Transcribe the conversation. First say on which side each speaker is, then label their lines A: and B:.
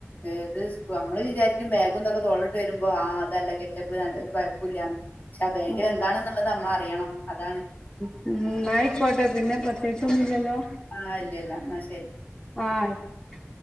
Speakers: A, on the left (about 35°); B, on the left (about 20°).
A: ഏത് നമ്മള് വിചാരിക്കും ബാഗുംന്തൊക്കെ തോള്ളിട്ട് വരുമ്പോ ആ അതല്ല കെറ്റപ്പ് നല്ല ഒരു കുഴപ്പ ഇല്ലന്ന് പക്ഷെ ആ ബേഗിൽ
B: ഉം
A: എന്താണെന്നുള്ളത് നമ്മള് അറിയണം അതാണ്
B: ഉം എന്നായിക്കോട്ടെ പിന്നെ പ്രത്യേകിച്ച് ഒന്നും ഇല്ലല്ലോ
A: ആഹ് ഇല്ലല്ല എന്ന ശരി
B: ആയ്ക്കോട്ടെ